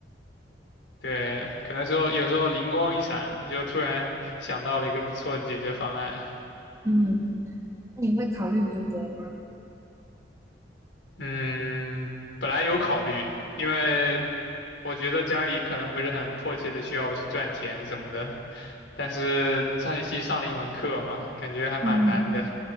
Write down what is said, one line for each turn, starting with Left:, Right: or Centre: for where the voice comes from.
Left: 对，可能时候有时候灵光一闪，你就突然想到了一个不错的解决方案。
Right: 嗯，那你会考虑读博吗？
Left: 嗯，本来有考虑，因为我觉得家里可能不是很迫切的需要我去赚钱什么的。但是上学期上了一门课嘛，感觉还蛮难的，
Right: 嗯，